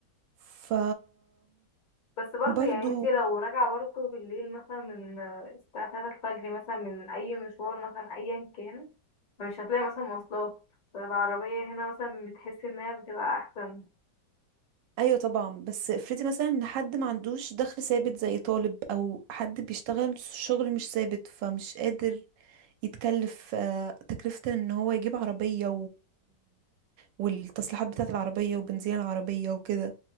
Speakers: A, on the right; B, on the left.
A: ف
B: بس برضه
A: برضو
B: يعني انتي لو راجعة برضه بالليل مثلا من آه، الساعة تلاتة الفجر مثلا من أي مشوار مثلا أيا كان فمش هتلاقي مثلا مواصلات فالعربية هنا مثلا بتحسي انها بتبقى أحسن
A: أيوة طبعا بس افرضي مثلا إن حد ما عندوش دخل ثابت زي طالب أو حد بيشتغل شغل مش ثابت فمش قادر يتكلف آه، تكلفة إن هو يجيب عربية والتصليحات بتاعة العربية وبنزين العربية وكده